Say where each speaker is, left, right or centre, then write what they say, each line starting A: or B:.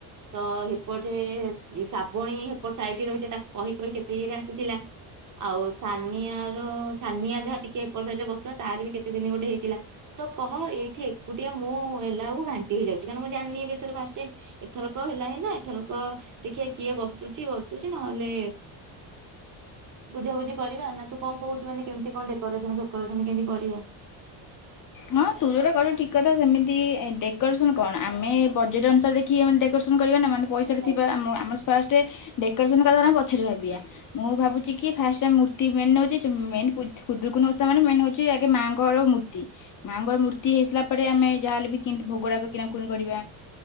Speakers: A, on the right; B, on the left.
A: ତ ହେ ସେପଟେ ସାପ୍ ଭଉଣୀ ହେପଟ ସାଇଟ ରେ ରହିଥାଏ ତାକୁ କହିି କହି କେତେ ଇଏରେ ଆସିଥିଲା। ଆଉ ସାନିଆ ର ସାନିଆ ଯାହା ଟିକେ ଏପଟ ସାଇଡରେ ବସିଥିଲା ତାର ବି କେତେ ଦିନ ଗୋଟେ ହେଇଥିଲା। ତ କହ ଏଇଠି ଏକୁଟିଆ ମୁଁ ହେଲା କୁ ଘାଣ୍ଟି ହେଇଯାଉଛି କାରଣ ମୁଁ ଜାଣିନି ଏବିଷୟରେ ଫାଷ୍ଟ ଟାଇମ୍ ଏଥରକ ହେଲାଣି ନା ଏଥରକ ଦେଖିବା କିଏ ବସୁଛି ବସୁଛି ନହେଲେ ବୁଝାବୁଝି କରିବା ନା ତୁ କଣ କହୁଛୁ ମାନେ କେମିତି କଣ ଡେକୋରେସନ ଫକୋରେସନ କେମତି କରି ଇଏ
B: ହଁ ତୁ ଯୋଉଟା କହିଲୁ ଠିକ୍ କଥା ସେମିତି ତି ଏଦେଖ୍ ଡେକୋରେସନ କଣ ଆମେ ବଜେଟ ଅନୁସାରେ ଦେଖି କରିବା ନାଁ ମାନୁ ପଇସା
A: ହଁ
B: ଟା ଥିବା ଆମ ଆମର ଫାଷ୍ଟେ ଦେକ୍ରସେନ କଥାଟା ଆମେ ପଛରେ ଭାବିବା ମୁଁ ଭାବୁଛି କି ଫାଷ୍ଟ ଆମେ ମୁର ମେନ୍ ହଉଛି ମେନ୍ ଖୁଦୁରୁକୁଣୀ ଓଷା ମାନେ ମେନ୍ ହଉଛି ଆଗେ ମାଆଙ୍କର ମୂର୍ତ୍ତି ମା ଙ୍କର ମୂର୍ତ୍ତି ହେଇ ଆସିଲା ପରେ ଆମେ ଯହା ହଲେ ବି କିନ୍ତି ଭୋଗରାଗ କିଣାକୁଣି କରିବା